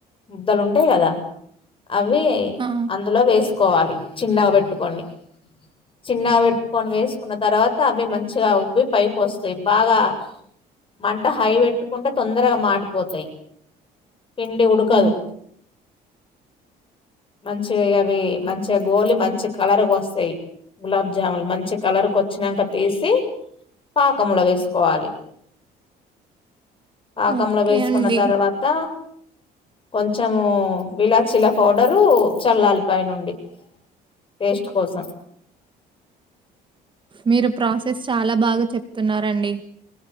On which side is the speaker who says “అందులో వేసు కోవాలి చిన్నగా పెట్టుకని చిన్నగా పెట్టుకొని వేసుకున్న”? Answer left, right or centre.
Left